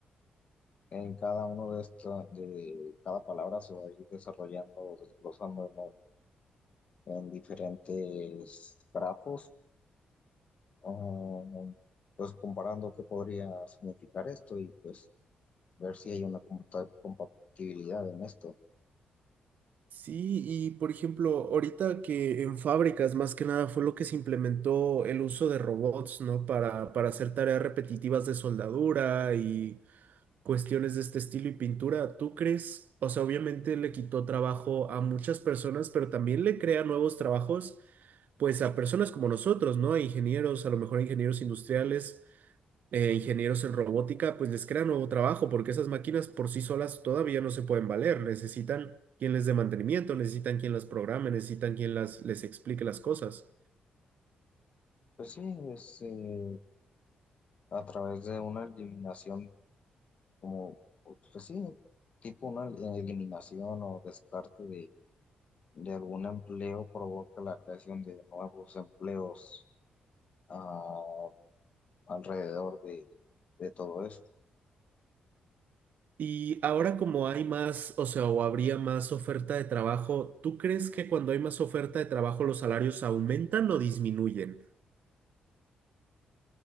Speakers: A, on the left (about 45°); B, on the right (about 65°).
A: en cada uno de estos, de cada palabra se va a ir desarrollando, desglosando en, un- en diferentes grafos, um, pues comparando qué podría significar esto y pues ver si hay una compa- compatibilidad en esto.
B: Sí, y por ejemplo, ahorita que en fábricas más que nada fue lo que se implementó el uso de robots, ¿no? Para, para hacer tareas repetitivas de soldadura y cuestiones de este estilo y pintura. ¿Tú crees? O sea, obviamente le quitó trabajo a muchas personas, pero también le crea nuevos trabajos, pues a personas como nosotros, ¿no? A ingenieros, a lo mejor ingenieros industriales. eh, ingenieros en robótica, pues les crea nuevo trabajo, porque esas máquinas por sí solas todavía no se pueden valer, necesitan quien les dé mantenimiento, necesitan quien las programe, necesitan quien las, les explique las cosas.
A: Pues sí, es, eh, a través de una eliminación, como, pues pues sí, tipo una eh, eliminación o descarte de, de algún empleo provoca la creación de nuevos empleos ah, alrededor de, de todo eso.
B: Y ahora como hay más, o sea, o habría más oferta de trabajo, ¿tú crees que cuando hay más oferta de trabajo los salarios aumentan o disminuyen?